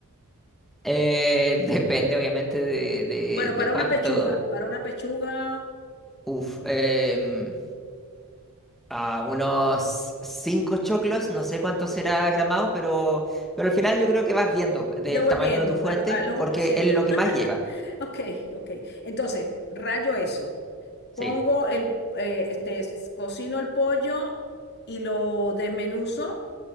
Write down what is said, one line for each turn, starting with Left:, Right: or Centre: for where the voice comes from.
Centre: Eh, <laughs> depende obviamente de, de-
Left: Bueno,
Centre: de
Left: para
Centre: cuánto...
Left: una pechuga, para una pechuga,
Centre: Uf, em, a unos cinco choclos, no sé cuánto será gramado, pero, pero al final yo creo que vas viendo del
Left: yo voy
Centre: tamaño
Left: viendo
Centre: de tu fuente
Left: al, al ojo
Centre: porque
Left: por ciento.
Centre: es lo que
Left: <laughs>
Centre: más lleva.
Left: Ok, ok. Entonces, rayo eso.
Centre: Sí,
Left: Pongo el, eh, este, cocino el pollo y lo desmenuzo